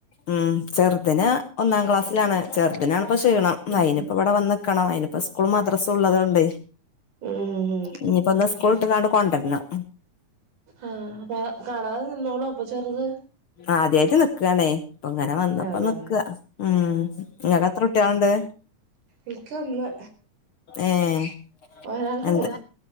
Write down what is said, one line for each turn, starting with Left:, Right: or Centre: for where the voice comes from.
Left: ഉം ചെർതിന് ഒന്നാം ക്ലാസ്സിലാണ് ചെറുതിനാണ്പ്പം ക്ഷീണം
Right: ഉം
Left: അയ്നിപ്പവിടെ വന്ന് ക്കണം അയ്നിപ്പൊ സ്കൂളും മദ്രസുള്ളതോണ്ടേ
Right: ഉം ഉം ഉം ഉം
Left: ഇഞ്ഞി ഇപ്പൊ ഇന്ന് സ്കൂൾട്ട്കാണ്ട് കൊണ്ടര്ണം
Right: ആഹ് അപ്പൊ കാണാതെ നിന്നോളൊ അപ്പൊ ചെറുത്
Left: ആദ്യായിട്ട് നിക്കാണേ ഇപ്പങ്ങനെ വന്നപ്പോ
Right: അതാ
Left: നിക്ക ഉം ഇങ്ങക്കെത്ര കുട്ട്യാള്ണ്ട്
Right: ഇൻക്ക് ഒന്ന്
Left: ഏഹ്
Right: ഒരാളൊള്ളു
Left: എന്ത്